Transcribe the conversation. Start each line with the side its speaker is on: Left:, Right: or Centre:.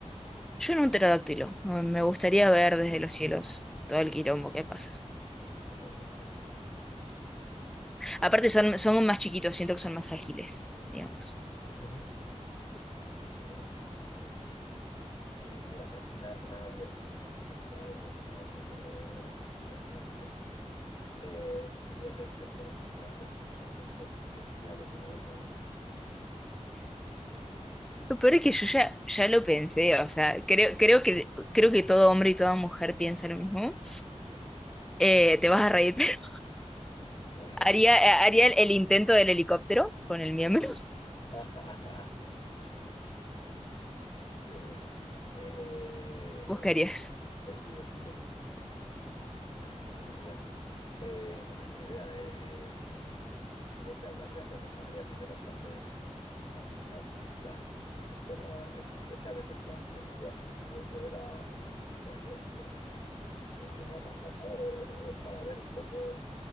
Centre: Yo en un pterodáctilo. Me me gustaría ver desde los cielos todo el quilombo que pasa.
Left: Esa es buena también. Esa es buena.
Centre: Aparte son, son más chiquitos, siento que son más ágiles, digamos.
Left: Ujú. Sí, eso es verdad, eso es verdad. Eh, mira, una, una divertida, que está, yo, yo no lo sé, pero a ver qué me dices tú. Eh, si un día te despertaras y fueras del sexo opuesto, ¿qué sería lo primero que harías?
Centre: Lo peor es que yo ya, ya lo pensé, o sea, creo, creo que, creo que todo hombre y toda mujer piensa lo mismo. Eh, te vas a reír. <laughs>
Left: A ver.
Centre: Haría, haría el, el intento del helicóptero con el miembro. <laughs>
Left: <laughs> Qué bueno. Eh,
Centre: buscarías
Left: es divertido. No tengo ni idea. Eh, no tengo ni idea. Eh, mm, creo que hablaría con mi familia primero en plan de ¿qué, qué me ha pasado? O sea, esto no es, ¿sabes? En plan, yo, yo así, yo, yo era un chico ayer, ¿sabes? Entonces, ¿qué, qué me ha pasado? ¿No? O, o- o para ver un poco